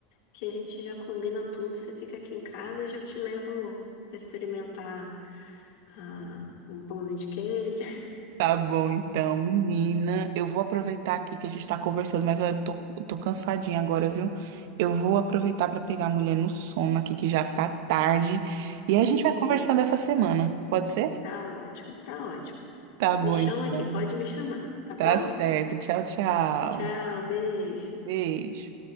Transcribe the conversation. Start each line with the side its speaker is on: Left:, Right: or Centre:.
Left: que a gente já combina tudo. Você fica aqui em casa, eu já te levo pra experimentar ah, um pãozinho de queijo.
Right: Tá bom, então, menina, eu vou aproveitar aqui que a gente tá conversando, mas eu tô, tô cansadinha agora, viu? Eu vou aproveitar para pegar a mulher no sono aqui, que já tá tarde,
Left: <laughs>
Right: e a
Left: Sim,
Right: gente vai conversando essa semana, pode ser?
Left: tá ótimo, tá ótimo.
Right: Tá bom,
Left: Me chama
Right: então.
Left: aqui, pode me chamar, tá bom?
Right: Tá certo. Tchau, tchau.
Left: Tchau, beijo.
Right: Beijo.